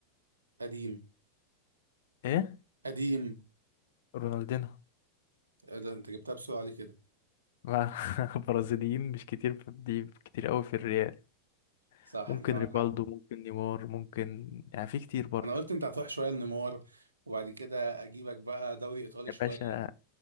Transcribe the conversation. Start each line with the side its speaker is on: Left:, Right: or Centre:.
Right: قديم
Left: ايه
Right: قديم
Left: رونالدينو
Right: آه، ده أنت جبتها بسرعة ليه كده؟
Left: مع <laughs> برازيليين مش كتير في دي كتير قوي في الريال
Right: صح
Left: ممكن
Right: أنت معاك
Left: ريفالدو
Right: حق
Left: ممكن نيمار ممكن يعني في كتير برضه
Right: أنا قلت أنت هتروح شوية لنيمار وبعد كده أجيبك بقى دوري إيطالي
Left: يا
Right: شوية
Left: باشا